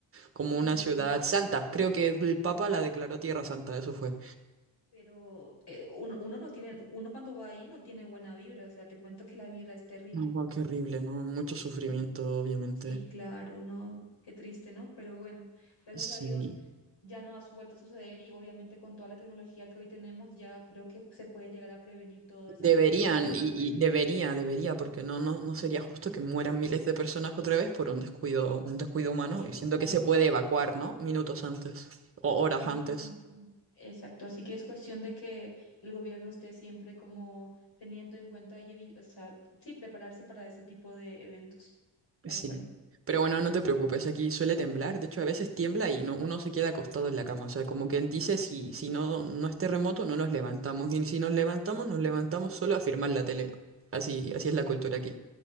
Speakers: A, on the left (about 65°); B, on the right (about 30°).
A: sí,
B: como una
A: sí,
B: ciudad santa. Creo que el Papa la declaró Tierra Santa, eso fue.
A: pero eh, uno, uno no tiene, uno cuando va ahí no tiene buena vibra, o sea, te cuento que la vibra es terrible.
B: No, qué horrible, ¿no? Mucho sufrimiento,
A: Sí,
B: obviamente.
A: sí, claro, no, qué triste, ¿no? Pero bueno, gracias
B: Sí.
A: a Dios ya no ha vuelto a suceder y obviamente con toda la tecnología que hoy tenemos ya creo que se puede llegar a prevenir todas esas
B: Deberían,
A: cosas, o eso
B: y,
A: es
B: y debería, debería, porque no, no, no sería justo que mueran miles de personas otra vez por un descuido, un descuido humano,
A: Exacto,
B: y siento que se puede evacuar, ¿no? Minutos antes o
A: así
B: horas
A: mismo
B: antes.
A: como tú dices. Exacto, así que es cuestión de que el gobierno esté siempre como teniendo en cuenta y, evi- o sea, sí, prepararse para ese tipo de eventos, tal
B: Sí.
A: cual.
B: Pero bueno, no te preocupes, aquí suele temblar, de hecho a veces tiembla y no, uno se queda acostado en la cama, o sea, como quien dice, si, si no, no es terremoto, no nos levantamos, y si nos levantamos, nos levantamos solo a firmar la tele. Así, así es la cultura aquí.